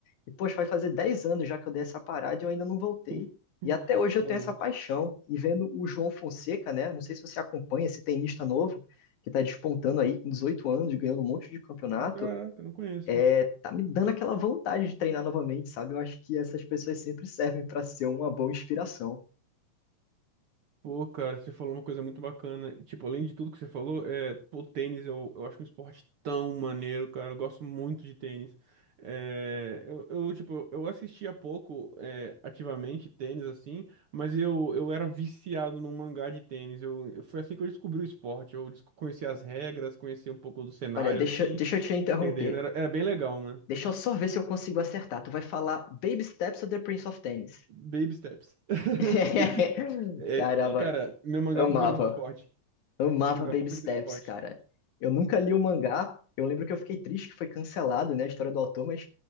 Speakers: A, on the left; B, on the right.
A: e poxa, vai fazer 10 anos já que eu dei essa parada e eu ainda não voltei.
B: <laughs>
A: E até hoje
B: Cara,
A: eu tenho essa paixão. E vendo o João Fonseca, né? Não sei se você acompanha esse tenista novo, que está despontando aí com 18 anos, ganhando um monte de campeonato,
B: caraca, eu não conheço.
A: é, tá me dando aquela vontade de treinar novamente, sabe? Eu acho que essas pessoas sempre servem para ser uma boa inspiração.
B: Pô, cara, você falou uma coisa muito bacana. Tipo, além de tudo que você falou, é, pô, tênis eu, eu acho um esporte tão maneiro, cara. Eu gosto muito de tênis. É, eu, eu, tipo, eu eu assistia pouco, é, ativamente tênis, assim, mas eu, eu era viciado num mangá de tênis. Eu, eu- foi assim que eu descobri o esporte. Eu des- conheci as regras, conheci um pouco do cenário,
A: Olha, deixa,
B: assim,
A: deixa eu te interromper.
B: entendendo. Era, era bem legal, mano.
A: Deixa eu só ver se eu consigo acertar. Tu vai falar Baby Steps ou The Prince of Tennis?
B: Baby steps. <laughs>
A: <laughs>
B: É,
A: Caramba,
B: e, cara, meu mangá
A: amava.
B: favorito de esporte.
A: Amava
B: Meu mangá
A: Baby
B: favorito
A: Steps,
B: de esporte.
A: cara. Eu nunca li o mangá. Eu lembro que eu fiquei triste que foi cancelado, né, a história do autor, mas